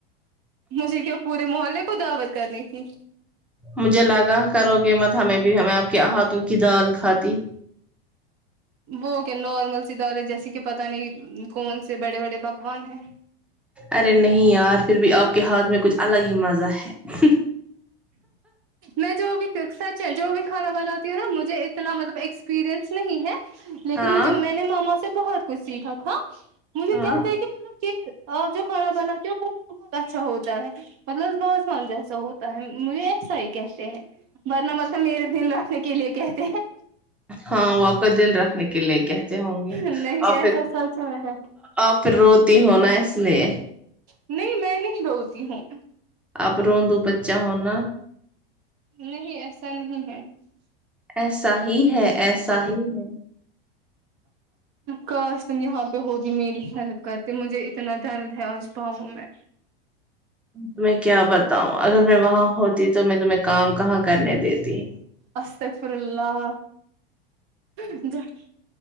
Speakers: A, on the right; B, in the centre.
A: مجھے کیا پورے محلے کو دعوت کرنی تھی
B: مجھے لگا کرو گے مت ہمیں بھی ہمیں آپ کے آہاتوں کی دال کھاتی
A: وہ کیا نارمل سی دال ہے جیسے کہ پتا نہیں کون سے بڑے بڑے پکوان ہیں
B: ارے نہیں یار پھر بھی آپ کے ہاتھ میں کچھ الگ ہی مزہ ہے
A: میں جو بھی سچ ہے جو بھی کھانا بناتی ہوں نا مجھے اتنا مطلب ایکسپیرئنس نہیں ہے لیکن
B: ہاں
A: مجھے میں نے ماما سے بہت کچھ سیکھا تھا مجھے
B: ہاں
A: کہتا ہے کہ مطلب یہ اور جو کھانا بناتی وہ بہت اچھا ہوتا ہے مطلب وازوان جیسا ہوتا ہے مجھے صحیح کہتے ہیں ورنہ مطلب میرے دل رکھنے کے لیے کہتے ہیں
B: ہاں وہ آپ کا دل رکھنے کے لے کہ تے ہوں گے
A: نہیں
B: اور
A: ایسا
B: پھر
A: سچ میں ہے
B: آپ پھر روتی ہونا اس لیے
A: نہیں میں نہیں روتی ہوں
B: آپ رونندو بچا ہونا
A: نہیں ایسا نہیں ہے
B: ایسا ہی ہے ایسا ہی ہے
A: کاش تم یہاں پہ ہوگی میری ہیلپ کرتی مجھے اتنا درد ہے آج پاؤں میں
B: تمہیں کیا بتاؤں اگر میں وہاں ہوتی تو میں تمہیں کام کہاں کرنے دیتی
A: استغفر اللہ <unintelligible>